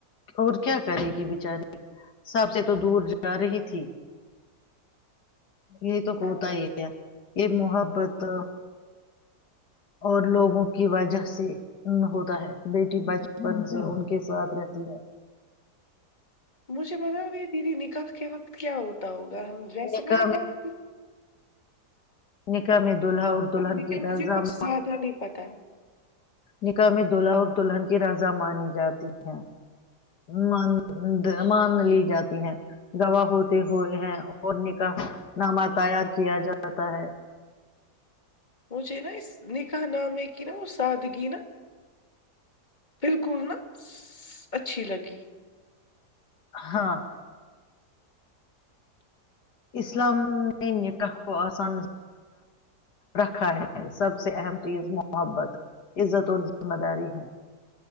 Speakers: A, on the left; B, on the left.
A: اور کیا کرے گی بچاری سب سے تو دور جا رہی تھی یہی تو
B: ہاں
A: ہوتا ہی ہے یہ محبت اور لوگوں کی وجہ سے ہوتا ہے بیٹی بچپن سے ان کے ساتھ رہ دووم
B: مجھے پتا کہ دی نکل کے وقت کیا ہوتا ہو تو ہم جیس
A: نکاح
B: میں نے کر تھی
A: نہیں کا میں دولہا اور دلہن
B: لیکن
A: کی راضم
B: مجھے کچھ زیادہ نہیں پتا
A: نکاح میں دولہا اور دلہن کی رضا مانی جاتی ہے م مان لی جاتی ہے گواہ ہوتے ہوئے ہیں اور نکاح نامہ تیار کیا جاتا ہے
B: مجھے نا اس نکح نام میں کہ نا وہ سادگی نا بالکل نا اچھی لگی
A: ہاں اسلام نے نکاح کو آسان رکھا ہے سب سے اہم چیز محبت عزت اور ذمہ داری ہے